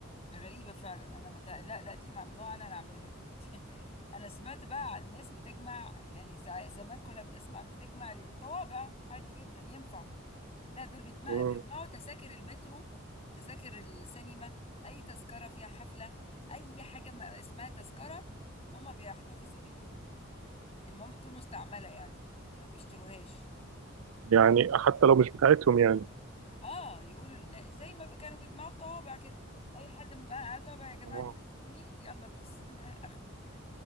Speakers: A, on the left; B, on the right.
A: غريبة فعلا أنا مت... لا لا دي ممنوع أنا أعملها دي <laughs> أنا سمعت بقى عن ناس بتجمع يعني زع- زمان كنا بنسمع بتجمع الطوابع عادي جدا ينفع لا دول بيتم...
B: مم.
A: بيجمعوا تذاكر المترو وتذاكر السينما أي تذكرة فيها حفلة أي حاجة ما اسمها تذكرة هما بيحتفظوا بيها المهم تكون مستعملة يعني ما بيشتروهاش
B: يعني حتى لو مش بتاعتهم يعني
A: اه يقولوا لنا زي ما كانوا بيجمعوا الطوابع كده اي حد معاه طابع يا جماعه
B: آه.
A: تدهوني يلا بيس <laughs>